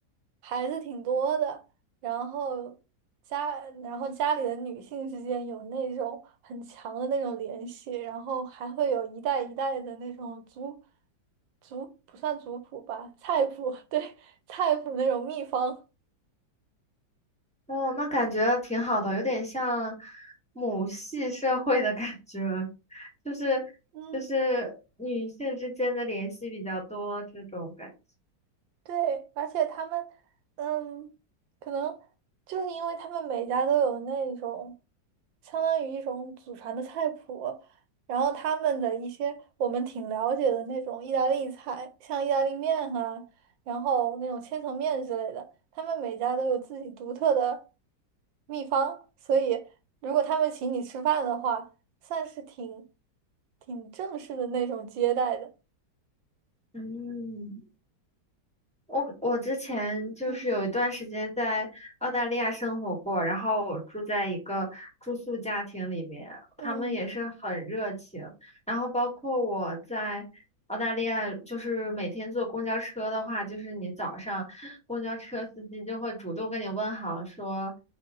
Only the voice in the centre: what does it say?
哦，那感觉挺好的，有点像母系社会的感觉，<laughs> 就是就是女性之间的联系比较多这种感觉
嗯。我我之前就是有一段时间在澳大利亚生活过，
然后我住在一个住宿家庭里面，
他们也是很热情。然后包括我在澳大利亚，就是每天坐公交车的话，就是你早上公交车司机就会主动跟你问好，说